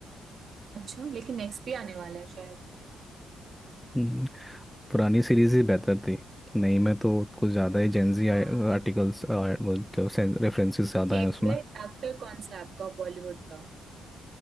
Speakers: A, on the right (about 55°); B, in the centre.
A: अच्छा लेकिन नेक्स्ट भी आने वाला है शायद
B: हम्म पुरानी सीरीज ही बेहतर थी नहीं मैं तो कुछ ज़्यादा ही जेंजी आर्टिकल्स
A: हाँ
B: वो जो रेफरेंसेस ज़्यादा
A: तो फेवरेट
B: हैं उसमें
A: एक्टर कौन सा है आपका बॉलीवुड का